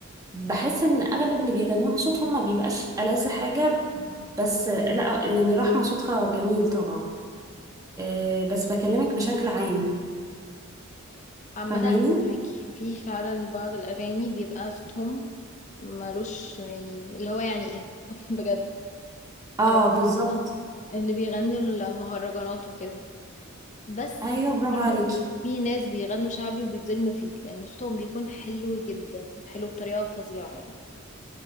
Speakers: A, on the right; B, on the left.
A: بحس إن أغلب اللي بيغنوها صوتهم ما بيبقاش ألذ حاجة بس آه، لا يعني رحمة صوتها جميل طبعا آه، بس بكلمك بشكل عام
B: عامة
A: فاهماني
B: أنا معاكي في فعلا بعض الأغاني بيبقى صوتهم ملوش يعني اللي هو يعني إيه <laughs> بجد
A: اه
B: آه،
A: بالظبط
B: اللي بيغنوا المهرجانات وكده بس
A: ايوه برافو
B: برضو
A: عليكي
B: في ناس بيغنوا شعبي وبيتظلموا فيه لأن صوتهم بيكون حلو جدا حلو بطريقة فظيعة يعني